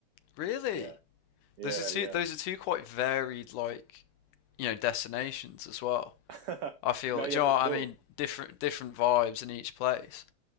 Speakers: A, on the left; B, on the right.
A: Really?
B: Yeah, yeah,
A: Those are two.
B: yeah.
A: Those are two quite varied, like you know, destinations as well.
B: <laughs>
A: I feel.
B: No,
A: Do
B: yeah,
A: you
B: for
A: know what I
B: sure.
A: mean? Different, different vibes in each place.